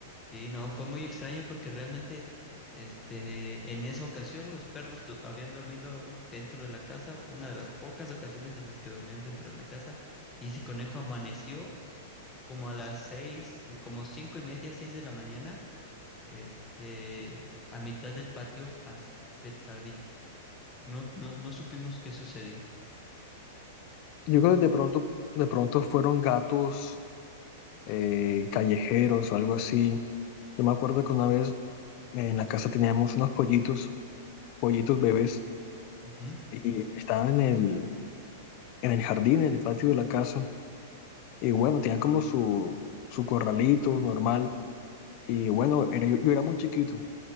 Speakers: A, on the left; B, on the left.
A: Sí, no, fue muy extraño porque realmente este, en esa ocasión los perros do- habían dormido dentro de la casa, una de las pocas ocasiones en las que dormían dentro de la casa, y ese conejo amaneció como a las seis, eh, como cinco y media, seis de la mañana, este, a mitad del patio, así, del jardín. No, no, no supimos qué sucedió.
B: Yo creo que de pronto, de pronto fueron gatos eh, callejeros o algo así. Yo me acuerdo que una vez eh, en la casa teníamos unos pollitos, pollitos bebés,
A: Ujú,
B: y estaban en el, en el jardín, en el patio de la casa. Y bueno, tenían como su, su corralito normal Y bueno, era, yo, yo era muy chiquito